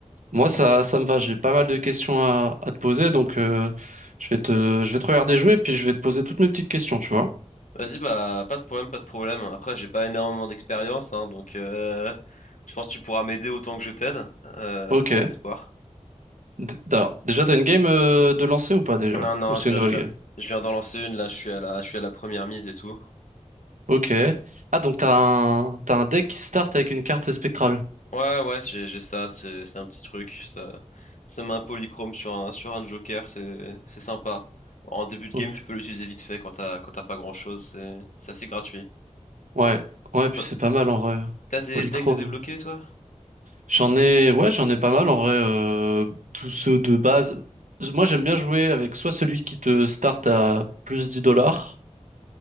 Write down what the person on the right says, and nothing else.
Moi, ça, ça me va, j'ai pas mal de questions à, à te poser, donc euh, je vais te, je vais te regarder jouer, puis je vais te poser toutes mes petites questions, tu vois.
Ok.
D- Alors, déjà, t'as une game euh, de lancer ou pas déjà?
Ou c'est
une nouvelle
game?
Ok. Ah, donc t'as un, t'as un deck qui start avec une carte spectrale.
Ok.
Ouais, ouais, puis
c'est pas mal en vrai.
Polychrome.
J'en ai, ouais, j'en ai pas mal en vrai. euh, tous ceux de base. Moi, j'aime bien jouer avec soit celui qui te start à plus 10 dollars,